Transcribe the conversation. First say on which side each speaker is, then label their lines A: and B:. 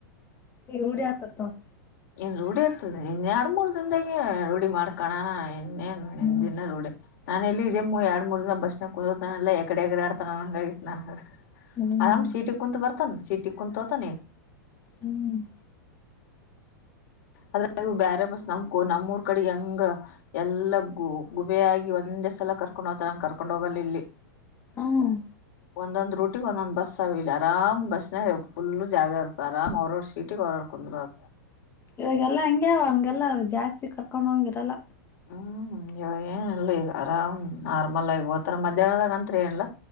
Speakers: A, on the left (about 25°); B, on the left (about 55°).
A: ಎರುಢಿ ಆತತ <unintelligible>
B: ಇನ್ ರೂಢಿ ಇರ್ತದೆ ಇನ್ ಎರಡ್ ಮೂರ್ ದನ್ದಾಗೆ ರೂಢಿ ಮಾಡ್ಕಣಣ ಇನ್ನೇ ನಿಂದಿನ
A: ಹ್ಮ್
B: ರೂಢ ನಾನ ಎಲ್ಲಿ ಇದೇ ಎರಡ್ ಮೂರ್ ದಿನ ಬಸ್ನ ಕೂತಾನ ಎಲ್ಲ ಎಕಡೆ ಎಗಡೆ ಆಡ್ತಾನಂಗಐತ್ ನನ್ <unintelligible>
A: ಹ್ಮ್
B: ಆರಾಮ್ ಸಿೀಟಿ ಕುಂತತ್ ಬರ್ತಾನ ಸಿೀಟಿ ಕುಂತ ಹತಾನ
A: ಹ್ಮ್
B: ಆದದ್ರವು ಬ್ಯಾರೆ ಬಸ್ ನಮಕೋ ನಮ್ಮೂರ್ ಕಡೆ ಹೆಂಗ ಎಲ್ಲ ಗು ಗುಬ ಆಾಗಿ ಒಂದೇ ಸಲ ಕರ್ಕೊಂಡ್ ಹೋಗತಾರಂಗ ಕರ್ಕೊಂಡ್ ಹೋಗಲಿ ಇಲ್ಲಿ
A: ಹ್ಮ್
B: ಒಂದೊಂದು ರೂಟಿ ಒಂದೊಂದು್ ಬಸ್ ಆರಾಮ ಬಸ್ನ ಫುಲ್ ಜಾಗ ಇರ್ತ ಅ ಆರ್ ಅವ್ರವ್ರ ಸೀಟಿಗೆ ಅವ್ರವರ್ ಕುಂದರು ಅ
A: ಇವಾಗಲ್ಲಾ ಹಂಗೆ ಹಂಗೆಲ್ಲ ಜಾಸ್ತಿ ಕರ್ಕೊಂಡ್ ಹಂಗಿರಲ್ಲ
B: ಹ್ಮ್ ಇವಾಗ ಏನಲ್ಲ ಈಗ ಆರಾಮ್ ನಾರ್ಮಲ್ ಆಗ ಹೋತಾರ ಮಧ್ಯಾಹ್ನದಾಗ ಅತ್ರಿ ಏನಲ್ಲ